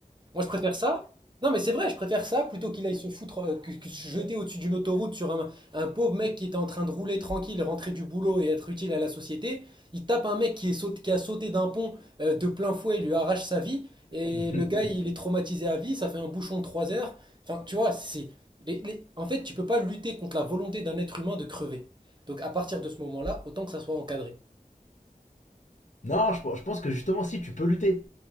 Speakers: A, on the right (about 30°); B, on the left (about 55°).
A: Moi, je préfère ça. Non, mais c'est vrai, je préfère ça plutôt qu'il aille se foutre, euh, que, que se jeter au-dessus d'une autoroute sur un, un pauvre mec qui était en train de rouler tranquille, rentrer du boulot et être utile à la société. Il tape un mec qui, est saut- qui a sauté d'un pont euh, de plein fouet, il lui arrache sa vie. Et
B: <laughs>
A: le gars, il est traumatisé à vie, ça fait un bouchon de 3 heures. Enfin, tu vois, c'est. les- les- En fait, tu peux pas lutter contre la volonté d'un être humain de crever. Donc, à partir de ce moment-là, autant que ça soit encadré.
B: Non, je, pense- je pense que justement, si, tu peux lutter.